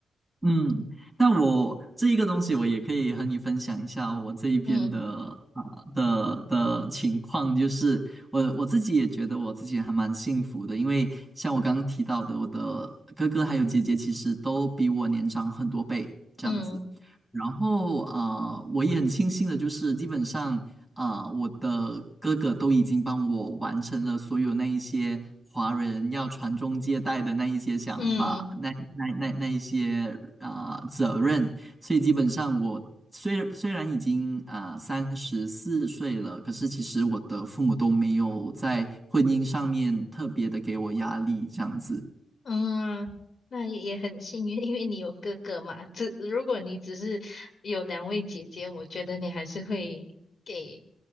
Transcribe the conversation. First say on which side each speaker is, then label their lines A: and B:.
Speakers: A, in the centre; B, on the left.
A: 嗯，那我这一个东西，我也可以和你分享一下我这一边的啊、
B: 嗯
A: 的的情况，就是我我自己也觉得我自己还蛮幸福的，因为像我刚刚提到的，我的哥哥还有姐姐其实都比我年长很多倍这样子。
B: 嗯
A: 然后啊，我也很庆幸的就是，基本上啊、我的哥哥都已经帮我完成了所有那一些华人要传宗接代的那一些想法，
B: 嗯
A: 那那那那一些啊、责任，所以基本上我虽虽然已经啊三十四岁了，可是其实我的父母都没有在婚姻上面特别的给我压力这样子。
B: 嗯，那也也很幸运，因为你有哥哥嘛。只如果你只是有两位姐姐，我觉得你还是会给